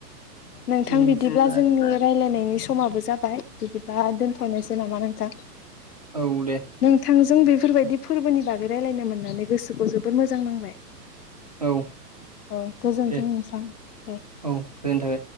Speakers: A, on the left; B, on the right.
A: नोंथां
B: बेनिफ्राय
A: बिदिब्ला जोंनि रायलायनाय नोंनि समाबो जाबाय बिदिबा दोनथ'नायसै नामा नोंथां
B: औ दे
A: नोंथांजों बेफोरबायदि फोरबोनि बागै रायजलायनो मोननानै गोसोखौ जोबोर मोजां नांबाय
B: औ
A: औ गोजोनथों
B: दे
A: नोंसां दे
B: औ गोजोननाय थाबाय।